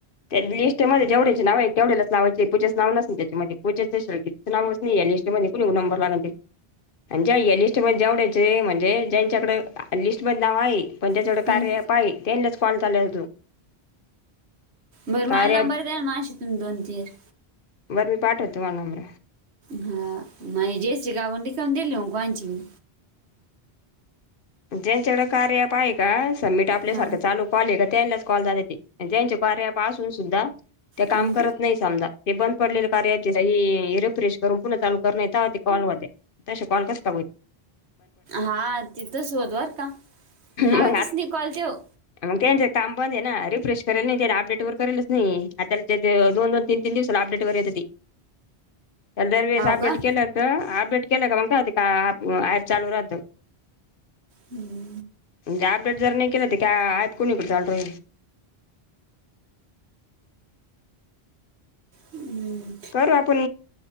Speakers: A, on the left; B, on the right.
A: त्या लिस्टमध्ये जेवढ्याचे नाव आहे तेवढ्याच नावाचे पूजेच नाव नसे त्याच्यामध्ये पूजेचे किती. नावच ना या लिटमध्ये कोणी नंबर लागून ते. आणिजे या लिस्टमध्येेवढ्याचे म्हणजे ज्यांच्याकडे- लिस्ट मध्ये नाव आहे. पण त्याच्या
B: हम्म.
A: एवढं कार्य ॲप आहे त्यांनाच कॉल चालल.
B: बरं
A: कार्यावर
B: मला नंबर द्याल मशी तुम्ही दोन तर
A: मी पाठवतो तुम्हाला नंबर
B: हा माण जेचगा आपण त का दिले कोंचचीज
A: त्यांच्याकडे कार्य अप आहे का? सबमिट आपल्यासारखं
B: हा
A: चालू- कॉल आहे त्यांच कॉलात त्यांच्या कार्या पाून सुद्धा त्या
B: हम्म.
A: काम करत नाही समजा हे बंद पडले कार्याची इ रिफ करून पुन्हा चालू करण्यात येत आहते कॉल मध्ये तसे कॉल कस -
B: हा तिथंच होतव का? लागतच
A: मगात
B: नाही कॉल ते हो
A: मग काम बंद आहे ना रिफ्रेश करेल नाही त्या अपडेट वर करेलच नाही आ दोन दोन तीन तीन दिवसांवर अपडेट वर येते दर वेळेस अपडेट
B: का
A: केल्ल तर अपडेट केलं का मग का ॲप चालू राहतं.
B: हम्म
A: म्हणजे अपडेट जर नाही केलं ते काय आहेत कोणीकडे चाल र
B: हम्
A: तर आपण